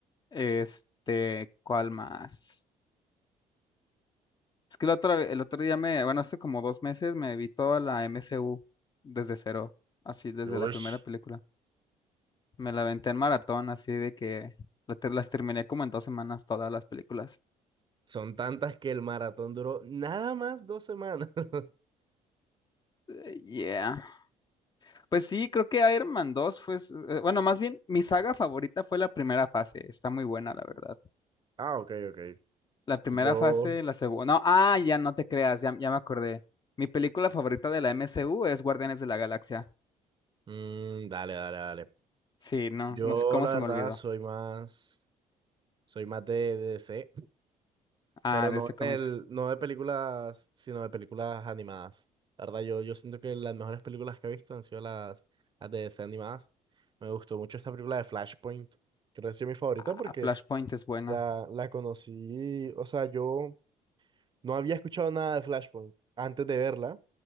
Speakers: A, on the left (about 30°); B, on the right (about 30°).
A: Este, ¿cuál más? Es que el otro el otro día me, bueno, hace como dos meses me vi toda la MCU desde cero, así desde
B: Ush,
A: la primera película. Me la aventé en maratón, así de que la ter- las terminé como en dos semanas todas las películas.
B: son tantas que el maratón duró nada más dos semanas. <laughs>
A: Eh, yeah. Pues sí, creo que Iron Man dos fue, s- eh, bueno, más bien mi saga favorita fue la primera fase, está muy buena, la verdad.
B: Ah, ok, ok.
A: La primera
B: Yo,
A: fase, la segunda, no, ah, ya no te creas, ya, ya me acordé. Mi película favorita de la MCU es Guardianes de la Galaxia.
B: mm, dale, dale, dale.
A: Sí, no,
B: Yo,
A: no sé cómo
B: la
A: se
B: verdad,
A: me olvidó.
B: soy más, soy más de, de DC,
A: Ah,
B: pero
A: de
B: no
A: ese cómics.
B: en el, no de películas, sino de películas animadas. La verdad, yo, yo siento que las mejores películas que he visto han sido las, las de DC animadas. Me gustó mucho esta película de Flashpoint. Creo que ha sido mi favorita
A: Ah,
B: porque
A: Flashpoint es buena.
B: la, la conocí, o sea, yo no había escuchado nada de Flashpoint antes de verla.